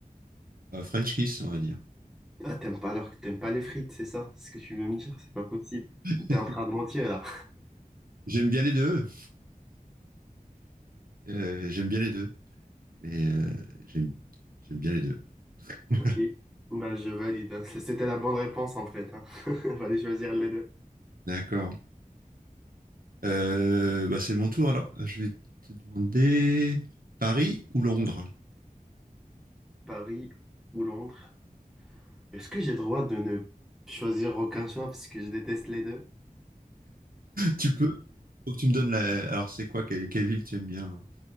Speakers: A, on the right; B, in the centre.
A: un French kiss, on va dire.
B: Ah, t'aimes pas alors que t'aimes pas les frites, c'est ça? C'est ce que tu veux me dire? C'est pas possible.
A: <laughs>
B: T'es en train de mentir là.
A: J'aime bien les deux. Euh, j'aime bien les deux. Et euh, j'aime j'aime bien les deux. <laughs>
B: Ok. Bah, je valide. C- C'était la bonne réponse en fait. Hein. <laughs> Fallait choisir les deux.
A: D'accord. Euh, bah, c'est mon tour alors. Je vais te demander Paris ou Londres.
B: Paris ou Londres. Est-ce que j'ai le droit de ne choisir aucun choix parce que je déteste les deux?
A: Tu peux, faut que tu me donnes la. Alors c'est quoi, quelle, quelle ville tu aimes bien là